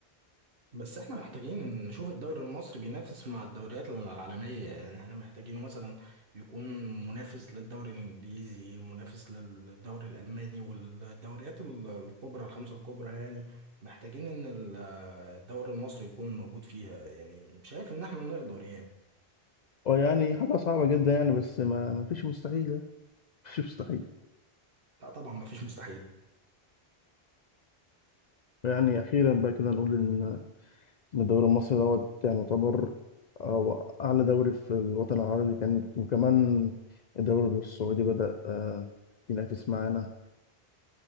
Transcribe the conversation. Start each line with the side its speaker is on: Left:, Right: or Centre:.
Right: بس احنا محتاجين نشوف الدوري المصري بينافس مع الدوريات العالمية يعني احنا محتاجينه مثلا يكون منافس للدوري الانجليزي منافس للدوري الالماني والدوريات ال- الكبرى الخمسة الكبرى يعني محتاجين ان ال- الدوري المصري يكون موجود فيها يعني شايف ان احنا نقدر يعني
Left: ويعني حاجة صعبة جدا يعني بس ما ما فيش مستحيل يعني <laughs> ما فيش مستحيل
Right: لا طبعا مفيش مستحيل
Left: يعني أخيرا بقى كده نقول إن إن الدوري المصري دوت يعني يعتبر أو أعلى دوري في الوطن العربي كان وكمان الدوري السعودي بدأ آه، ينافس معانا